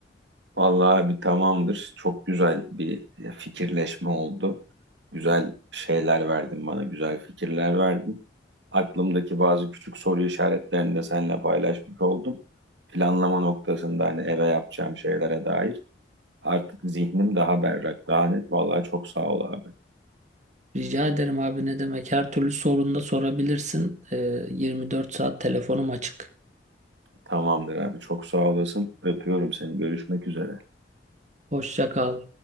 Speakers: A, on the right; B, on the right.
A: Vallahi bir tamamdır. Çok güzel bir e, fikirleşme oldu. Güzel şeyler verdin bana, güzel fikirler verdin. Aklımdaki bazı küçük soru işaretlerini de seninle paylaşmış oldum. Planlama noktasında hani eve yapacağım şeylere dair artık zihnim daha berrak, daha net. Vallahi çok sağ ol abi.
B: Rica ederim abi ne demek? Her türlü sorunda sorabilirsin. Ee, 24 saat telefonum açık.
A: Tamamdır abi, çok sağ olasın. Öpüyorum seni. Görüşmek üzere.
B: Hoşça kal.